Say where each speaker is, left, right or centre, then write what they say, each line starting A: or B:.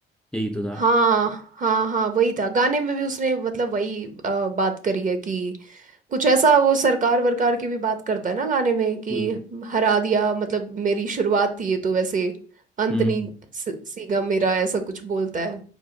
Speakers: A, in the centre; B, on the right.
A: यही तो
B: हाँ हाँ हाँ हाँ, वही था गाने में भी उसने मतलब वही अ, बात करी है कि कुछ ऐसा वो सरकार वरकार की भी बात करता है ना गाने में कि
A: था
B: हरा दिया मतलब मेरी शुरुआत थी ये तो वैसे अंत
A: हम्म
B: नहीं स- सीगा मेरा ऐसा कुछ बोलता है